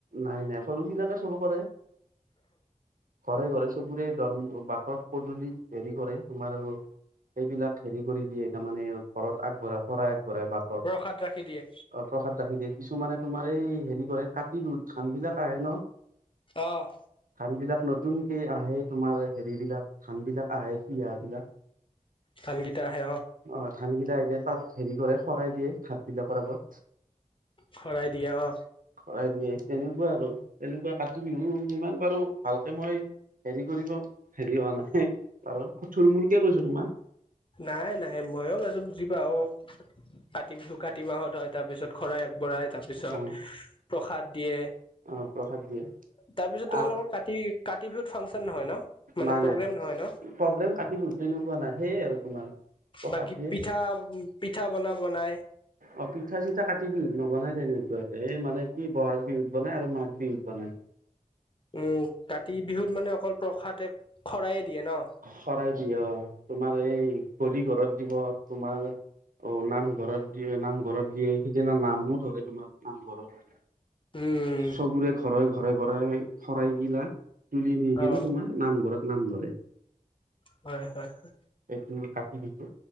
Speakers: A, on the right; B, on the left.
A: নাই নাই সৰু বিলাকে চোৰ কৰে ঘৰে ঘৰে সবৰে দৰ বাটত পদূলিত হেৰি কৰে তোমাৰ সেইবিলাক হেৰি কৰি দিয়ে তাৰমানে ঘৰত আগবঢ়া শৰাই আগ বৰহায় বাতত
B: প্ৰসাদ ৰাখি দিয়ে
A: অ প্ৰখাদ ৰাখি দিয়ে। কিছুমানে তোমাৰ এই হেৰি কৰে ধান বিলাক আহে ন
B: অ'
A: ধান বিলাক ন নতুনকে আহে তোমাৰ হেৰিবিলাক ধানবিলাক আহে সিহা বিলাক।
B: ধানকেইটা আহে
A: অ ধান বিলাক হেৰি কৰে শৰাই দিয়ে ধান বিলাকৰ আগত।
B: সৰাই দিয়ে অ।
A: শৰাই তেনেকুৱা আৰু তেনেকুৱা কাতি বিহু ইিমান বাৰু ভালকে মই হেৰি কৰিব হেৰি হোৱা নাই বাৰু, থূল মূলকে কৈছো তোমাক।
B: নাই নাই ময়ো বাৰু বুজি পাওঁ কাতি বিহু কাতি মাহত তাৰপিছত শৰাই আগবঢ়াই তাৰপিছত
A: অ
B: প্ৰসাদ দিয়ে
A: অ প্ৰসাদ দিয়ে
B: তাৰপিছত তোমালোকৰ
A: আৰু
B: কাতি কাতি বিহুত ফাংচন নহয় ন মানে
A: নাই
B: প্ৰগ্ৰেম
A: নাই
B: নহয় ন?
A: প্ৰগ্ৰেম কাতি বিহুত তেনেকুৱা নাই সেয়ে আৰু তোমাৰ প্ৰসাদ
B: বাকি
A: দিয়ে
B: পিঠা পিঠা বনাব বনাই।
A: অ পিঠা চিঠা কাতি বিহুত নবনাই তেনেকুৱাকে এই মানে কি বহাগ বিহুত বনাই আৰু মাঘ বিহুত বনাই।
B: ও কাতি বিহুত মানে অকল প্ৰসাদে শৰায়ে দিয়ে ন?
A: শৰাই দিয়ে অ, তোমাৰ এই গলি ঘৰত দিব, তোমাৰ অ নামঘৰত দিয়ে, নামঘৰত দিয়ে, সিদিনা নামো ধৰে তোমাৰ নামঘৰত।
B: উম
A: সবোৰে ঘৰে ঘৰে বৰাই শৰাইগিলা তুলি নিকিনে
B: অ'
A: তোমাৰ নামঘৰত নাম ধৰে।
B: হয় হয়।
A: এইটো কাটি বিহু